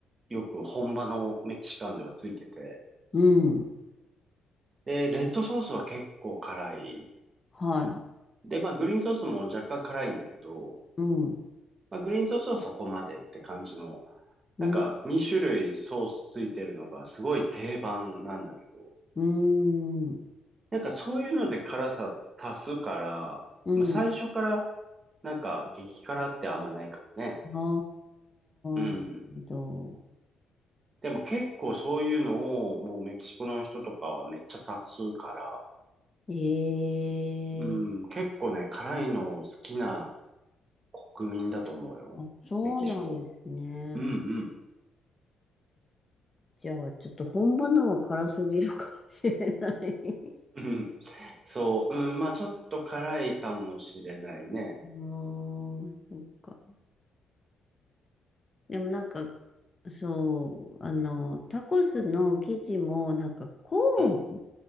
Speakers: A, on the right (about 40°); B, on the left (about 25°).
A: よく本場のメキシカンではついてて、
B: うん、
A: で、レッドソースは結構辛い。
B: はい、
A: で、まあ、グリーンソースも若干辛いんだけど、
B: うん、
A: まあ、グリーンソースはそこまでって感じの、
B: うん、
A: なんか2種類ソースついてるのがすごい定番なんだけど、
B: うん、
A: なんかそういうので辛さ足すから、
B: うん。
A: まあ、最初からなんか激辛ってあんまないからね。
B: ああ
A: うん。
B: ー、なるほど。
A: でも結構そういうのをもうメキシコの人とかはめっちゃ足すから、
B: ええ
A: うん、結構ね、辛いの好きな国民だと思うよ。
B: あ、そうなんですね。
A: メキシコ。うんうん。
B: じゃあ、ちょっと本場のは辛すぎるかもしれない。
A: うんうん <laughs> そう、うん、まあちょっと辛いかもしれないね。
B: <laughs> もうん、そっか。でもなんか、そう、あの、タコスの生地も、なんかコーン、
A: うん、